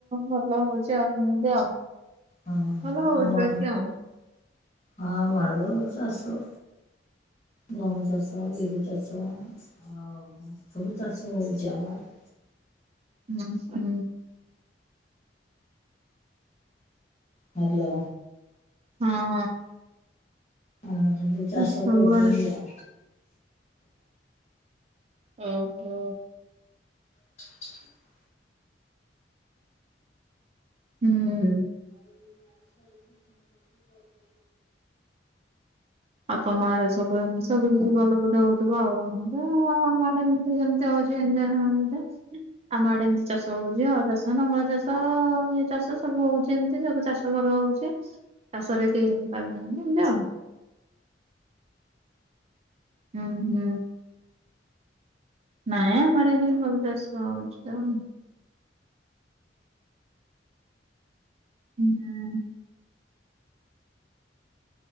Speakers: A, on the right; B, on the left.
A: ଭଲ ହଉଚି ଆଉ, ଏମିତି ଆଉ।
B: ହଁ
A: <unintelligible>
B: ଆମ ଆଡେ ହଁ ଆମ ଆଡ଼େ ବି ହଉଚି ଚାଷ। ଗହମ ଚାଷ, ବିରି ଚାଷ ଆଉ ସବୁ ଚାଷ ହଉଛି ଆମ ଆଡ଼େ।
A: ହୁଁ -ହୁଁ।
B: ହ୍ୟାଲୋ।
A: ହଁ।
B: ଆମର ଏମିତି ଚାଷ
A: ସବୁଆଡେ
B: କରୁଛନ୍ତି ଆଉ।
A: ଓ ହୋ।
B: <inaudible>
A: ହୁଁ।
B: ଏଇ ଗାଈ ଛାଡିକି <unintelligible>
A: ଆଉ ତମ ଆଡେ ସବୁ ଏମିତି ସବୁ, କିଛି ଭଲ ବୋଧେ ହଉଥିବ ଆଉ ଆମେ ହୁଁ ଆମ ଆଡେ ଏମତି ଯେମିତି ହଉଛି, ଏନ <unintelligible> ଆମ ଆଡେ ଏମିତି ଚାଷ ହଉଛି, ହଳ ଚାଷ, ନଙ୍ଗଳ ଚାଷ, ଇଏ ଚାଷ ସବୁ ହଉଛି ଏମିତି ସବୁ ଚାଷ। ଶଗଡ଼ ରେ ହଉଚି, ଚାଷରେ କେହି ପାରୁନାହାନ୍ତି ଏମିତି ଆଉ। ହୁଁ- ହୁଁ। ନାଇଁ ଆମ ଆଡେ ଏମିତି ଭଲ ଚାଷ ହଉଛି ଆଉ। ହୁଁ।